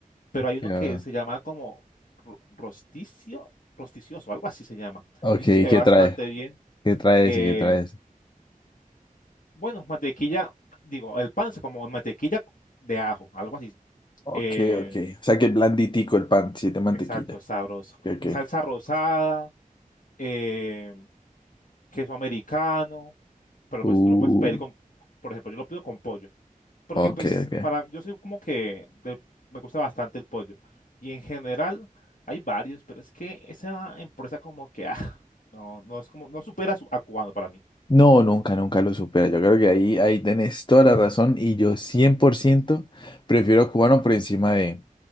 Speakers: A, on the left; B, on the left.
A: Pero hay uno
B: Ya.
A: que se llama como ro- rosticio, rosticioso, algo así se llama.
B: Ok,
A: Y ese se ve
B: ¿qué
A: bastante
B: trae?
A: bien.
B: ¿Qué trae
A: Eh,
B: ese? ¿Qué trae ese?
A: Bueno, mantequilla, digo, el pan es como mantequilla de ajo, algo así.
B: Ok,
A: Eh,
B: ok. O sea que blanditico el pan, sí, de mantequilla.
A: exacto, sabroso.
B: Ok.
A: Salsa rosada, eh, queso americano, pero
B: Uh,
A: pues tú lo puedes pedir con, por ejemplo, yo lo pido con pollo, porque
B: Ok,
A: pues
B: ok.
A: para, yo soy como que de- me gusta bastante el pollo. Y en general hay varios, pero es que esa empresa como que, ah, no, no es como, no supera su, a cubano para mí. <laughs>
B: No, nunca, nunca lo supera. Yo creo que ahí, ahí tenés toda la razón y yo 100% prefiero cubano por encima de...